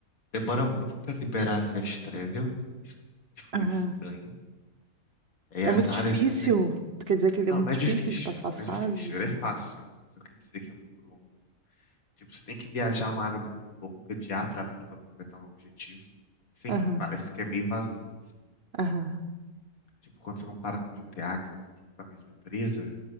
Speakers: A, on the left; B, on the right.
A: demora muito pra liberar a Fast Travel. Isso foi
B: Aham.
A: estranho. É
B: É
A: as
B: muito
A: áreas,
B: difícil.
A: né, que...
B: Tu quer dizer que ele é
A: Não,
B: muito
A: não é
B: difícil
A: difícil,
B: de passar as
A: não
B: fases,
A: é difícil,
B: assim?
A: ele é fácil. Só quer dizer que é muito longo. Tipo, você tem que viajar uma área muito longa de A pra B pra completar um objetivo. Sim,
B: Aham,
A: parece que é meio vazio. sabe?
B: aham,
A: Tipo, quando você compara com GTA, que é outro tipo da mesma empresa,